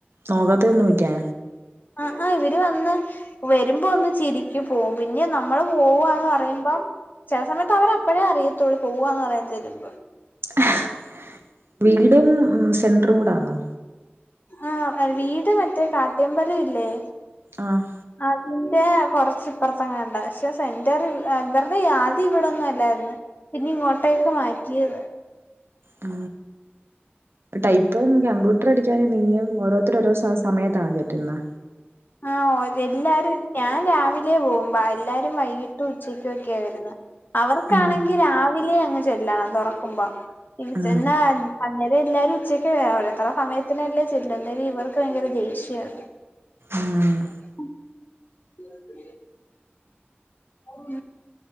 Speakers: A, on the right; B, on the left.
A: നോക്കത്തുഒന്നൂല്ലേ
B: ആ ആഹ് ഇവര് വന്ന് വരുമ്പോ ഒന്ന് ചിരിക്കുംപോപിന്നെ നമ്മള് പോവാന്ന് പറയുമ്പം ചില സമയത്ത് അവര് അപ്പഴേ അറിയത്തുള്ളൂ പോവാന്ന് പറയാൻ ചെല്ലുമ്പം
A: ഹ് വീടും സെന്ററും കൂടാന്നോ
B: ആ വീട് മറ്റേ കാട്ടമ്പലം ഇല്ലേ
A: ആഹ്
B: ആട്ട് ന്റെ കുറച്ച് ഇപ്പറത്തെങ്ങാണ്ട പക്ഷെ സെന്റർ ഇവരുടെ ആദ്യം ഇവിടൊന്നും അല്ലായിരുന്ന് പിന്നെ ഇങ്ങോട്ടേക്ക് മാറ്റിയതാ
A: ആ ടൈപ്പ് കമ്പ്യൂട്ടർ അടിക്കാന് നീയും ഓരോരുത്തര് ഓരോ സമയത്താണ് കേറ്റുന്നെ
B: ആഹ എല്ലാരും ഞാൻ രാവിലെ പോകുമ്പോ എല്ലാരും വൈകിട്ടും ഉച്ചക്കൊക്കെ വരുന്നെ അവർക്കാണെങ്കി
A: ഉം
B: രാവിലെ അങ്ങ് ചെല്ലണം തുറക്കുമ്പോ ഇത്
A: ഉം
B: ചെല്ലാൻ എല്ലാരും ഉച്ചക്ക് ഓരോരുത്തരെ സമയത്തിനല്ലേ ചെല്ലുന്നെ ഇവർക്ക് ഭയങ്കര ദേഷ്യാ ണ് <inaudible>
A: ഉം
B: ഉം